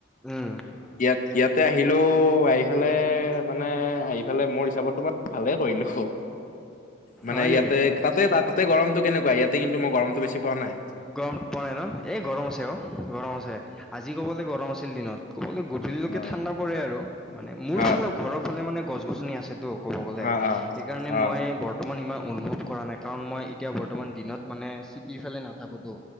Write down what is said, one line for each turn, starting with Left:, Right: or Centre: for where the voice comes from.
Centre: উম
Left: ইয়াত ইয়াতে আহিলোও আহিফালে মানে আহিফালে মোৰ হিচাপতো ভালে কৰিলো মানে
Centre: হয়
Left: ইয়াতে
Centre: নেকি
Left: তাতে তাতে গৰমটো কেনেকোৱা ইয়াতে কিন্তু গৰমটো বেছি পোৱা নাই
Centre: গৰম পোৱা নাই ন এ গৰম আছে অ গৰম আছে আজি ক'বলৈ গৰম আছিল দিনত কবলৈ গো গধূলিলৈকে
Left: অ
Centre: ঠাণ্ডা পৰে আৰু মানে মোৰ
Left: অ
Centre: ফালে ঘৰৰ ফালে মানে গছনি আছেটো ক'ব গ'লে
Left: অ অ
Centre: সেইকাৰণে
Left: অ
Centre: মই বৰ্তমান ইমান অনুভৱ কৰা নাই কাৰণ মই এতিয়া বৰ্তমান দিনত মানে চিটিফালে নাথাকোতো